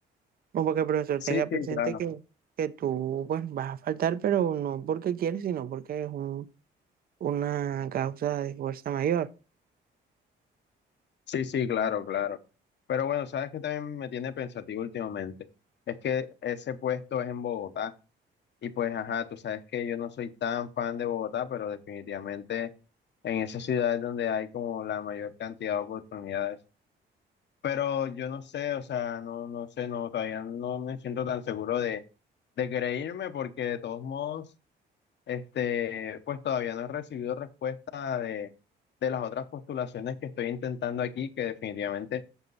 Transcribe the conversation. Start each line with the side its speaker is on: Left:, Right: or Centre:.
Right: No porque el profesor
Left: Sí,
Right: tenga
Left: sí,
Right: presente
Left: claro.
Right: que, que tú pues vas a faltar, pero no porque quieres, sino porque es un una causa de fuerza mayor.
Left: Sí, sí, claro, claro. Pero bueno, sabes que también me tiene pensativo últimamente. Es que ese puesto es en Bogotá. Y pues, ajá, tú sabes que yo no soy tan fan de Bogotá, pero definitivamente en esa ciudad es donde hay como la mayor cantidad de oportunidades. Pero yo no sé, o sea, no, no sé, no, todavía no me siento tan seguro de, de querer irme porque de todos modos. Este, pues todavía no he recibido respuesta de, de las otras postulaciones que estoy intentando aquí, que definitivamente